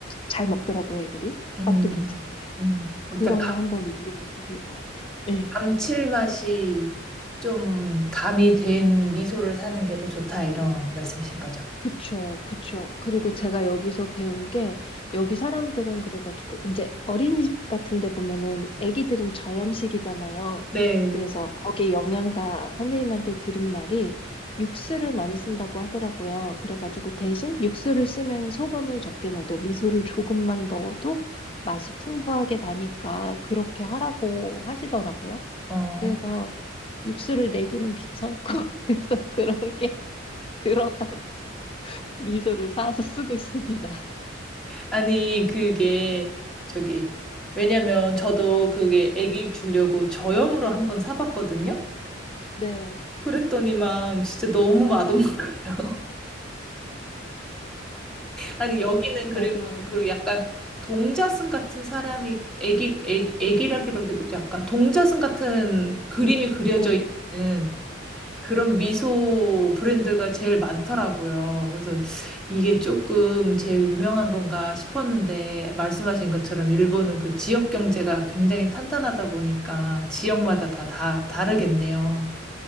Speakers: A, on the left; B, in the centre.
A: 잘 먹더라고요, 애들이.
B: 음,
A: 맛도 괜찮고요.
B: 음. 그러니까
A: 그런
B: 감,
A: 거 한번 위주로 보시면 좋을 것 같아요. 네.
B: 감칠맛이 좀 가미 된 미소를 사는 게 더 좋다 이런 말씀이신 거죠?
A: 그쵸, 그쵸. 그리고 제가 여기서 배운 게, 여기 사람들은 그래가지고, 이제 어린이집 같은 데 보면은 애기들은 저염식이잖아요.
B: 네.
A: 그래서 거기 영양사 선생님한테 들은 말이 육수를 많이 쓴다고 하더라고요. 그래가지고 대신 육수를 쓰면 소금을 적게 넣어도 미소를 조금만 넣어도 맛이 풍부하게 나니까 그렇게 하라고 하시더라고요.
B: 어.
A: 그래서 육수를 내기는 귀찮고, <laughs> 그래서 그런 게 들어가. 미소를 사서 쓰고 있습니다. <laughs>
B: 아니, 그게 저기 왜냐면 저도 그게 애기 주려고 저염으로 한번 사봤거든요.
A: 네,
B: 그랬더니만 진짜 너무 맛없는 거예요. 아니 여기는 그리고
A: 맞아요.
B: 그 약간 동자승 같은 사람이 애기 애기 애기라기라기도 약간 동자승 같은 그림이 그려져
A: 네.
B: 있는 그런 미소 브랜드가 제일 많더라고요. 그래서 이게 조금 제일 유명한 건가 싶었는데 말씀하신 것처럼 일본은 그 지역 경제가 굉장히 탄탄하다 보니까 지역마다 다 다 다르겠네요.